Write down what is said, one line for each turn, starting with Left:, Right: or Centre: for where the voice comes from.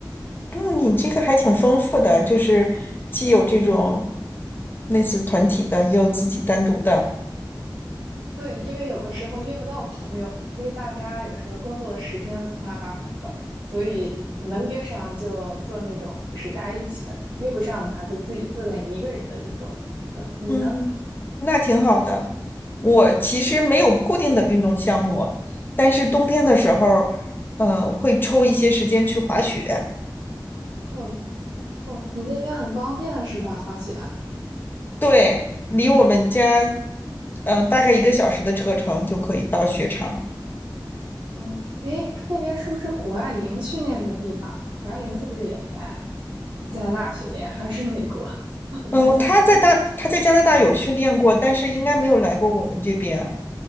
Left: 嗯，你这个还挺丰富的，就是既有这种类似团体的，也有自己单独的。
Right: 对，因为有的时候约不到朋友，因为大家有时候工作的时间五花八门的，所以能约上就做那种就是大家一起的，约不上的话就自己做点一个人的运动。呃，你呢？
Left: 嗯，那挺好的。我其实没有固定的运动项目，
Right: 嗯
Left: 但是冬天的时候，
Right: 嗯。
Left: 嗯，会抽一些时间去滑雪。
Right: 哦，哦，你那边很方便是吧？滑雪。
Left: 对，离我们家，嗯，大概一个小时的车程就可以到雪场。
Right: 哦，诶，那边是不是谷爱凌训练的地方？谷爱凌是不是也在加拿大训练，还是美国？<laughs> 我突然想到，
Left: 嗯，他在大，他在加拿大有训练过，但是应该没有来过我们这边。